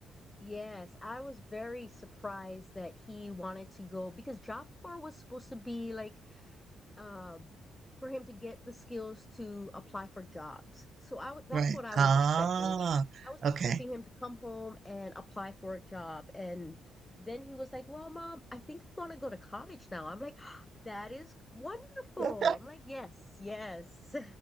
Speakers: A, on the left (about 15°); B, on the right (about 55°).
A: Yes, I was very surprised that he wanted to go because Job Corps was supposed to be like um for him to get the skills to apply for jobs. So I w- that's
B: Right.
A: what I
B: Ah,
A: was expecting. I was expecting
B: okay.
A: him to come home and apply for a job and then he was like, "Well, mom, I think I want to go to college now." I'm like, <gasps> "That is wonderful."
B: <laughs>
A: I'm like, "Yes, yes."